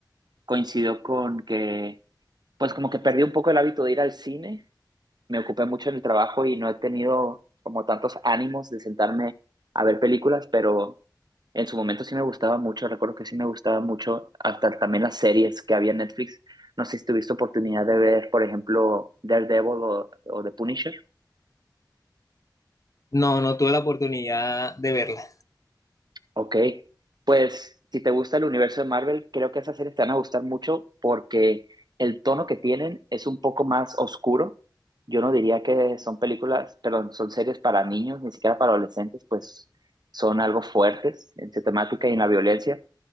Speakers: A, on the right; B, on the left.
A: Coincidió con que, pues como que perdí un poco el hábito de ir al cine, me ocupé mucho en el trabajo y no he tenido como tantos ánimos de sentarme a ver películas, pero en su momento sí me gustaba mucho, recuerdo que sí me gustaba mucho, hasta también las series que había en Netflix. No sé si tuviste oportunidad de ver, por ejemplo, Daredevil o, o The Punisher.
B: No, no tuve la oportunidad de verla.
A: Ok, pues si te gusta el universo de Marvel, creo que esas series te van a gustar mucho porque el tono que tienen es un poco más oscuro. Yo no diría que son películas, perdón, son series para niños, ni siquiera para adolescentes, pues son algo fuertes en su temática y en la violencia.